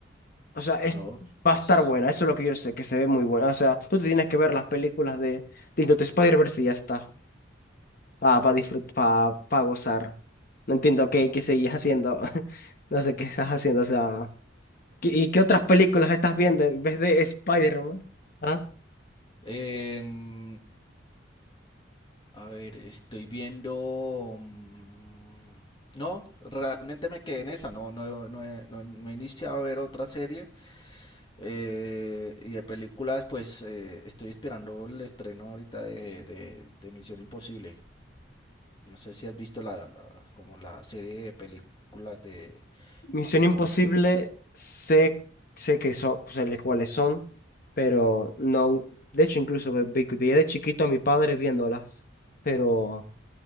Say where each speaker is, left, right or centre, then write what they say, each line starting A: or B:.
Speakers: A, on the left; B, on the left.
A: O sea, es,
B: no,
A: va
B: pues...
A: a estar buena, eso es lo que yo sé, que se ve muy buena. O sea, tú te tienes que ver las películas de, de Into the Spider-Verse y ya está, para disfrutar, para gozar. No entiendo qué, qué seguís haciendo, <laughs> no sé qué estás haciendo, o sea, ¿qué- ¿y qué otras películas estás viendo en vez de Spider-Man? ¿Ah?
B: em, a ver, estoy viendo... mm, No, realmente me quedé en esa, no, no, no he, no he- no he iniciado a ver otra serie. Eh, y de películas, pues eh, estoy esperando el estreno ahorita de, de, de Misión Imposible. No sé si has visto la, la- como la serie de películas de,
A: Misión
B: de Tom
A: Imposible,
B: Cruise.
A: sé, sé que son, sé le- cuáles son, pero no, de hecho incluso me vi vi de chiquito a mi padre viéndolas, pero